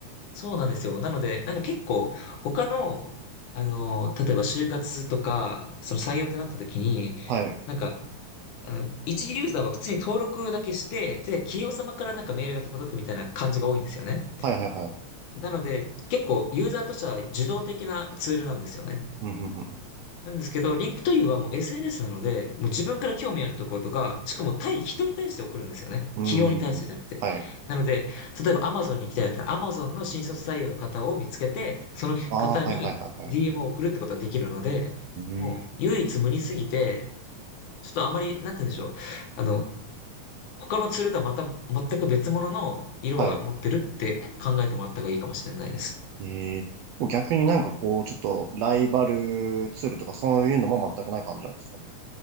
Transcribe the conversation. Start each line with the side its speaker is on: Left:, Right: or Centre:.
Left: そうなんですよ。なので、なんか結構、他の、あの、例えば就活とか、その採用ってなった時に、
Right: はい。
Left: なんか、あの、一ユーザーは普通に登録だけして、で、企業様からなんかメールが届くみたいな感じが多いんですよね。
Right: はいはいはい。
Left: なので、結構ユーザーとしては受動的なツールなんですよね。
Right: うん、うん、
Left: なんですけど、リンクト u はもう SNS なので、もう自分から興味あるところとか、しかも対人に対して送るんですよね。
Right: うん。
Left: 企業に対してじゃなくて。
Right: うん。はい。
Left: なので、例えば Amazon に行きたいだったら、Amazon の新卒採用の方を見つけて、その方に
Right: ああー、はいはいはいはい。
Left: DM を送るってことができるので、
Right: うん。
Left: もう唯一無二すぎて、ちょっとあまり、なんて言うんでしょう。あの、他のツールとはまた、全く別物の色を持ってるって考えてもらった方がいいかもしれないです。
Right: はい。ええこう逆になんかこう、ちょっとライバルツールとかそういうのも全くない感じなんですか